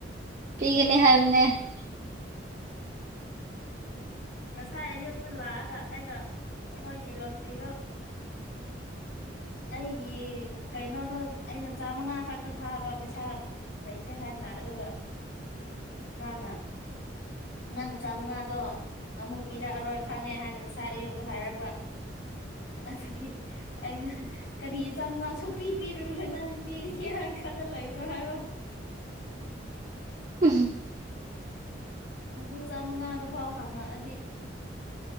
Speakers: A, on the right; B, on the left.
A: ꯄꯤꯒꯅꯤ ꯍꯥꯏꯕꯅꯦ <inaudible>
B: ꯉꯁꯥꯏ ꯑꯌꯨꯛꯇ ꯂꯥꯛꯑꯒ ꯑꯩꯅ ꯑꯈꯣꯏꯒꯤ ꯂꯣꯇ꯭ꯔꯤꯗꯨ ꯑꯩꯒꯤ ꯀꯩꯅꯣꯗꯣ ꯑꯩꯅ ꯆꯥꯃꯉꯥ ꯈꯛꯇ ꯊꯥꯕ ꯄꯩꯁꯥ ꯂꯩꯇꯦ ꯍꯥꯏꯅ ꯑꯗꯨꯒ ꯃꯥꯅ ꯅꯪ ꯆꯥꯝꯃꯉꯥꯗꯣ ꯑꯃꯨꯛ ꯄꯤꯔꯛꯑꯔꯣꯏ ꯈꯪꯉꯦ ꯍꯥꯏꯅ ꯉꯁꯥꯏ ꯑꯌꯨꯛꯇꯣ ꯍꯥꯏꯔꯛꯄ ꯑꯗꯨꯒꯤ ꯑꯩꯅ ꯀꯔꯤ ꯆꯥꯝꯃꯉꯥ ꯁꯨꯞꯄꯤ ꯄꯤꯔꯨꯔꯣ ꯅꯪꯗꯤ ꯄꯤꯒꯅꯤ ꯍꯥꯏꯅ ꯈꯜꯂ ꯂꯩꯕ꯭ꯔꯣ ꯍꯥꯏꯕ
A: ꯎꯝ
B: ꯃꯗꯨ ꯆꯥꯝꯃꯉꯥ ꯑꯗꯨꯐꯥꯎ ꯍꯥꯡꯉꯛꯑꯗꯤ